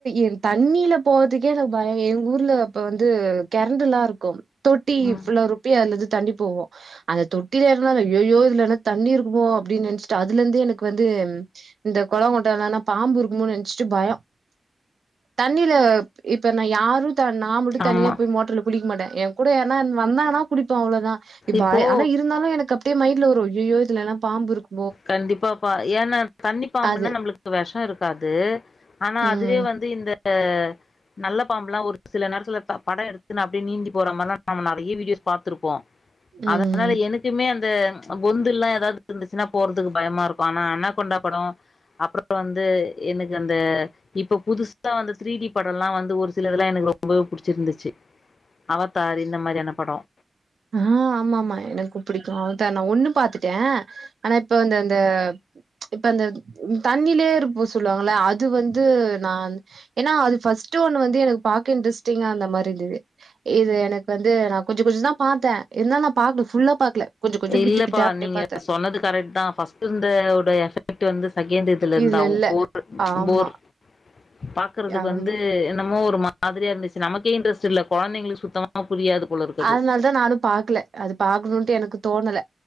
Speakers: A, on the right; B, on the left.
A: என் தண்ணியில போறதுக்கே எனக்கு பயம் ஊர்ல அப்ப வந்து கரண்டு எல்லாம் இருக்கும் தொட்டி
B: ம்
A: புள்ள ரோப்பி அதலயிருந்து தண்ணிப்போவோம் அந்த தொட்டில ஏறனாலும யோ யோ இதுலனா தண்ணி இருக்குமோ அப்டின்னு நினைச்சிட்டு அதுல இருந்து எனக்கு வந்து இந்த குளங்குட்டைலனா பாம்பு இருக்குமோனு நினைச்சிட்டு பயம் தண்ணியில இப்ப நான யாரும் டா நான் மட்டும்
B: ஆமா
A: தனியா போய் மோட்டர்ல குளிக்கமாட்டேன் எ கூட யார் வந்தான்னா புடி து அவ்ளோ தான் இப்ப
B: இப்போ
A: ஆனா இருந்தாலும் எனக்கு அப் இதே மைன்ல வாரு ஐயோ யோ இதல எல்லாம் பாம்பு இருக்கும்
B: கண்டிப்பாப்ப ஏன்னா தண்ணி பாம்புனா
A: அது
B: நம்மளுக்கு வெஷம் இருக்காது ஆனா
A: ம்
B: அதுவே வந்து இந்த ஹ நல்ல பாம்புல்லாம் ஒரு சில நேரத்துல படம் எடுத்துன்னு அப்படியே நிந்தி போற மாரிலா நம்ம நறைய வீடியோஸ் பாத்திருப்போம்
A: ம்
B: அதனால எனக்குமே அ பொந்து எல்லாம் ஏதாவது இருந்துச்சுன்னா போறதுக்கு பயமா இருக்கும் ஆனா அனாகொண்டா படம் அப்புறம் வந்து எனக்கு அந்த இப்ப புதுசா வந்து த்ரீடி படம் எல்லாம் வந்து ஒரு சிலதுல்லாம் எனக்கு ரொம்பவே புடிச்சிருந்துச்சி அவதார் இந்த மாதிரியான படம்
A: ஆ ஆமா ஆமா எனக்கும் பிடிக்கும் அவதார் நான ஒண்ணு பாத்துட்டேன் ஆனா இப்ப அந்த அந்த இப்ப அந்த தண்ணிலயே இருப்ப சொல்லுவாங்கள அது வந்து நான் ஏன்னா அது ஃபஸ்ட் ஒண்ணு வந்து எனக்கு பாக்க இன்ட்ரெஸ்ட்டிங்கா இருந்த மாரி இருந்தது இது எனக்கு வந்து நான கொஞ்சம் கொஞ்ச தான் பாத்தேன் எல்லாலா பாக்கல ஃபுல்லா பாக்கல கொஞ்ச கொஞ்ச
B: இல்லப்பா
A: பிட்டு பிட்டா அப்டியே
B: நீங்க
A: பாத்தே
B: சொன்னது கரெட்தான் ஃபர்ஸ்ட் இருந்த உடைய எபாக்ட் வந்து செகண்டுதுல இருந்தா
A: இதுல இல்ல
B: போ
A: ஆமா
B: போர் பாக்குறதுக்கு
A: ஆமா
B: வந்து என்னமோ ஒரு மாரியா இருந்துச்சு நமக்கே இன்டரெஸ்ட் இல்ல கெழந்தைங்களுக்கு சுத்தமா புரியாது போல இருக்குது
A: அதனால தான் நானும் பாக்கல அது பாக்கணும்டு எனக்குதோ தோனல